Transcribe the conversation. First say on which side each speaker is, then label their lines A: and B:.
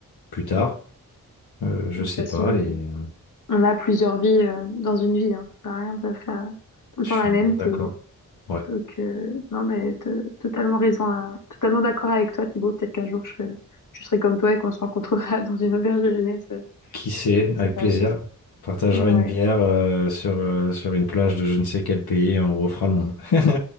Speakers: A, on the left; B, on the left.
A: plus tard, euh, je
B: De
A: sais
B: toute façon,
A: pas,
B: on
A: et euh,
B: on a plusieurs vies euh, dans une vie, hein. Ça sert à rien de faire tout le
A: je
B: temps
A: suis
B: la
A: bien
B: même.
A: d'accord.
B: T'es,
A: Ouais,
B: donc, euh, non, mais t'as totalement raison, à- totalement d'accord avec toi, Thibaut. Peut-être qu'un jour, je, je serai comme toi et qu'on se rencontrera <laughs> dans une auberge de jeunesse, euh,
A: qui sait,
B: je sais
A: avec
B: pas
A: plaisir.
B: où.
A: On Partagera
B: Ouais.
A: une bière euh, sur, euh, sur une plage de je ne sais quel pays et on refera le monde. <laughs>